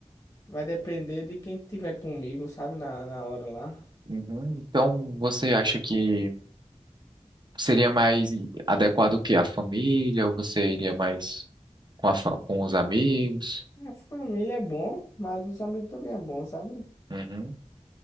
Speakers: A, on the left; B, on the right.
A: vai depender de quem tiver comigo, sabe, na, na hora lá.
B: Uhum. Então, você acha que Seria mais adequado o quê? A família? Ou você iria mais com, a fa- com os amigos?
A: A família é bom, mas os amigos também é bom, sabe?
B: Uhum.